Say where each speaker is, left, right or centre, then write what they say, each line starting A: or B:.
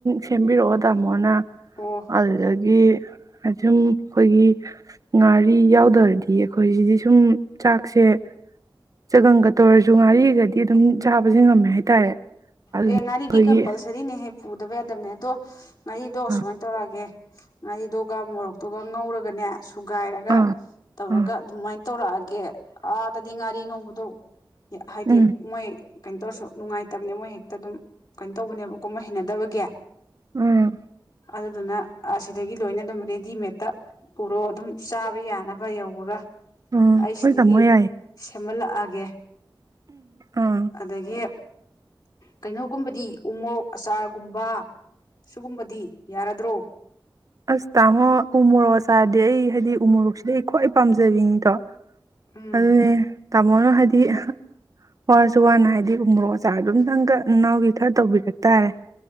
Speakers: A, on the right; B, on the left.
A: ꯁꯦꯝꯕꯤꯔꯛꯑꯣ ꯇꯥꯃꯣꯅ
B: ꯑꯣ
A: ꯑꯗꯨꯗꯒꯤ ꯑꯗꯨꯨꯝ ꯑꯩꯈꯣꯏꯒꯤ ꯉꯥꯔꯤ ꯌꯥꯎꯗ꯭ꯔꯗꯤ ꯑꯩꯈꯣꯏꯁꯤꯗꯤ ꯁꯨꯝ ꯆꯥꯛꯁꯦ ꯆꯒꯪꯒ ꯇ ꯑꯣꯏꯔꯁꯨ ꯉꯥꯔꯤꯒꯗꯤ ꯑꯗꯨꯝ ꯆꯥꯕꯁꯦ ꯉꯝꯃꯦ ꯍꯥꯏꯇꯥꯔꯦ ꯑꯗꯨꯅ
B: ꯑꯦꯉꯔꯤꯗꯤ
A: ꯑꯩꯈꯣꯏꯒꯤ
B: ꯀꯝꯄꯜꯁꯔꯤꯅꯦ ꯄꯨꯗꯕ ꯌꯥꯗꯕꯅꯦ ꯑꯗꯣ ꯉꯥꯔꯤꯗꯣ
A: ꯑꯥ
B: ꯁꯨꯃꯥꯏ ꯇꯧꯔꯛꯑꯒꯦ ꯉꯥꯔꯤꯗꯣꯒ ꯃꯣꯔꯣꯛꯇꯨꯒ ꯉꯧꯔꯒꯅꯦ ꯁꯨꯒꯥꯏꯔꯒ
A: ꯑꯥ
B: ꯇꯧꯔꯒ
A: ꯑꯥ
B: ꯑꯗꯨꯃꯥꯏ ꯇꯧꯔꯛꯑꯒꯦ ꯑꯥꯗꯗꯤ ꯉꯥꯔꯤ ꯉꯧꯕꯗꯣ ꯍꯥꯏꯗꯤ
A: ꯎꯝ
B: ꯃꯣꯏ ꯀꯩꯅꯣ ꯇꯧꯔꯁꯨ ꯅꯨꯡꯉꯥꯏꯇꯝꯅꯦ ꯃꯣꯏ ꯍꯦꯛ ꯑꯗꯨꯝ ꯀꯩꯟ ꯇꯧꯕꯅꯦꯕꯀꯣ ꯃꯣꯏ ꯍꯩꯅꯗꯕꯒꯤ
A: ꯎꯝ
B: ꯑꯗꯨꯗꯨꯅ ꯑꯁꯤꯗꯒꯤ ꯂꯣꯏꯅ ꯑꯗꯨꯝ ꯔꯦꯗꯤꯃꯦꯠꯇ ꯄꯨꯔꯣ ꯑꯗꯨꯝ ꯆꯥꯕ ꯌꯥꯅꯕ ꯌꯧꯕꯒ
A: ꯑꯥ
B: ꯑꯩ
A: ꯍꯣꯏ
B: ꯁꯤꯗꯒꯤ
A: ꯇꯥꯃꯣ ꯌꯥꯏ
B: ꯁꯦꯝꯍꯜꯂꯛꯑ ꯌꯦ
A: ꯑꯥ
B: ꯑꯗꯒꯤ ꯀꯩꯅꯣꯒꯨꯝꯕꯗꯤ ꯎꯃꯣꯔꯣꯛ ꯑꯆꯥꯔꯒꯨꯝꯕ ꯁꯤꯒꯨꯝꯕꯗꯤ ꯌꯥꯔꯥꯗ꯭ꯔꯣ
A: ꯑꯁ ꯇꯥꯃꯣ ꯎ ꯃꯣꯔꯣꯛ ꯆꯥꯔꯗꯤ ꯑꯩ ꯍꯥꯏꯗꯤ ꯎ ꯃꯣꯔꯣꯛꯁꯤꯗꯤ ꯑꯩ ꯈ꯭ꯋꯥꯏ ꯄꯥꯝꯖꯕꯤꯅꯤꯗꯣ
B: ꯎꯝ
A: ꯑꯗꯨꯅꯦ ꯇꯥꯃꯣꯅ ꯍꯥꯏꯗꯤ ꯋꯥꯔꯖꯨ ꯋꯥꯅ ꯍꯥꯏꯗꯤ ꯎꯃꯣꯔꯣꯛ ꯑꯆꯥꯔ ꯗꯨꯝꯇꯪꯒ ꯅꯅꯥꯎꯒꯤ ꯈꯔ ꯇꯧꯕꯤꯔꯛ ꯇꯥꯔꯦ